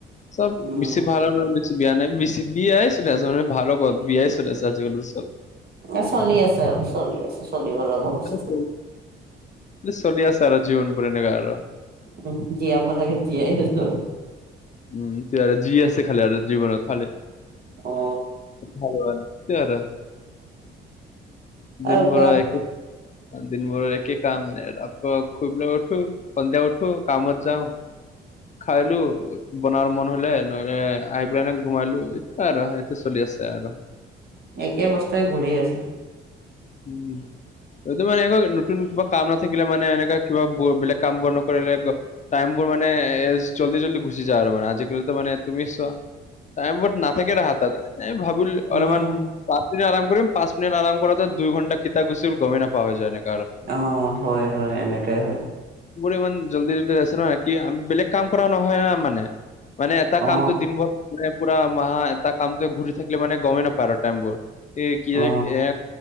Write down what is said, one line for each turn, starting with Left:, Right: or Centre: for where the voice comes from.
Left: চব
Right: উম
Left: বেছি ভাল নহয়। বিয়া নাই মি বিয়াই চলি আছে মানে ভালৰ কত বিয়াই চলি আছে আজিকালি চব।
Right: এ চলি আছে আৰু চলি আছে চলিব লগা বস্তু
Left: মানে
Right: যে।
Left: চলি আছে আৰু জীৱন বোৰ এনেকা আৰু।
Right: উ জীয়াব লাগে জীয়াই আছো আৰু।
Left: উম আৰু যি আছে খালি আৰু জীৱনত খালি
Right: অ
Left: ভাল। টো আৰু
Right: আৰু
Left: দিন
Right: কোৱা
Left: ভৰা এক। দিন ভৰৰ একেই কাম <inaudible> খুব লৈ উঠো। সন্ধিয়া উঠো কামত যাওঁ। খাইলো বনোৱাৰ মন হলে নহ আহ পেলাই এনে ঘুমাইলো এ আৰু সেইটো চলি আছে আৰু।
Right: একে বস্তুৱে ঘূৰি আছে।
Left: উম। সটো মানেুৱ নতুন কিবা কাম নাথাকিলে মানে এনেককাা কিবা বেলেগ কাম বোৰ নকৰিলে। টাইমবোৰ মানে এ জল্দি জল্দি গুচি যায় আৰু মানে আজিকালি মানে তুমি ছোৱা, টাইম ব না থাকে ৰা হাততে ভাবিম অলপমান
Right: উম
Left: পাঁচ মিনট আৰম কৰিম পাঁচ মিনিট আৰম কৰাটো। দুই ঘণ্টা কেতিয়া গুচি গল গমে নাপোৱা যায়নেক।
Right: অঁ হয় হয় এনেকে হয়।
Left: ইমান জল্দি জল্দি আছে ন কি বেলেগ কাম কৰা নহয় ন মানে। মানে এটা
Right: অ
Left: কামটো দিনবোৰ মে পুৰা মাহা এটা কামটো ঘূৰি থাকিলে মানে গমেই নাপায় টাইমবোৰ। এ কি
Right: অ
Left: যে এ